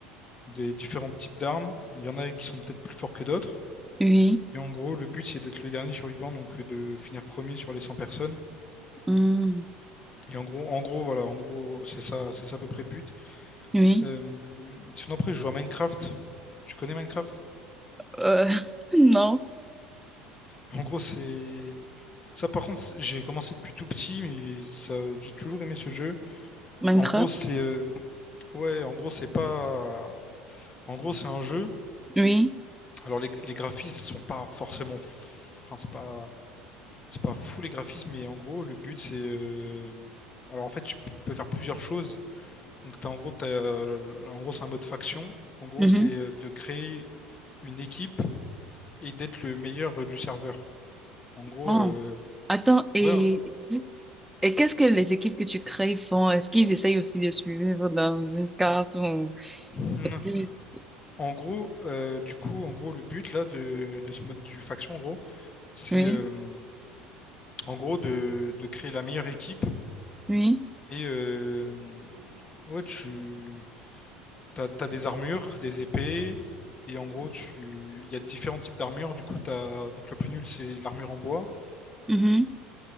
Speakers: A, on the left (about 30°); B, in the centre.
A: des différents types d'armes. Il y en a qui sont peut-être plus forts que d'autres.
B: oui,
A: Et en gros, le but c'est d'être le dernier survivant, donc euh, de finir premier sur les 100 personnes.
B: hmm,
A: Et en gros, en gros, voilà, en gros, c'est ça, c'est ça à peu près le but.
B: oui,
A: Euh, sinon après, je joue à Minecraft. Tu connais Minecraft?
B: euh, <laughs> non.
A: En gros, c'est. Ça, par contre, j'ai commencé depuis tout petit, mais ça, j'ai toujours aimé ce jeu.
B: Minecraft,
A: En gros, c'est. euh, Ouais, en gros, c'est pas. En gros, c'est un jeu.
B: oui.
A: Alors, les, les graphismes sont pas forcément. f- Enfin, c'est pas. C'est pas fou les graphismes, mais en gros, le but, c'est. euh, Alors, en fait, tu peux faire plusieurs choses. Donc, t'as, en gros, t'as, euh, en gros, c'est un mode faction. En gros,
B: mhm.
A: c'est euh, de créer une équipe et d'être le meilleur euh, du serveur. En gros,
B: Oh,
A: euh,
B: attends, et,
A: ouais.
B: et qu'est-ce que les équipes que tu crées font? Est-ce qu'ils essayent aussi de suivre dans une carte ou
A: <laughs>
B: c'est plus...
A: En gros, euh, du coup, en gros, le but là de, de ce mode du faction, en gros, c'est
B: Oui,
A: euh, en gros de, de créer la meilleure équipe.
B: oui.
A: Et euh, ouais, tu t'as, t'as des armures, des épées, et en gros, tu il y a différents types d'armures. Du coup, t'as donc le plus nul, c'est l'armure en bois.
B: mhm.